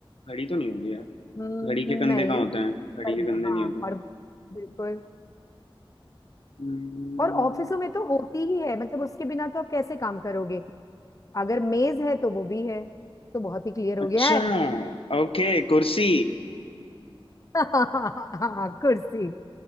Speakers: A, on the left; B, on the left.
A: घड़ी तो नहीं होगी यार
B: हम्म,
A: घड़ी के कंधे
B: नहीं
A: कहाँ होते हैं घड़ी
B: पर
A: के कंधे
B: हाँ
A: नहीं होते
B: और बिल्कुल
A: हम्म,
B: और ऑफिसों में तो होती ही है मतलब उसके बिना तो आप कैसे काम करोगे अगर मेज है तो वो भी है तो बहुत ही क्लियर हो
A: अच्छा
B: गया
A: ओके कुर्सी
B: <laughs> हाँ कुर्सी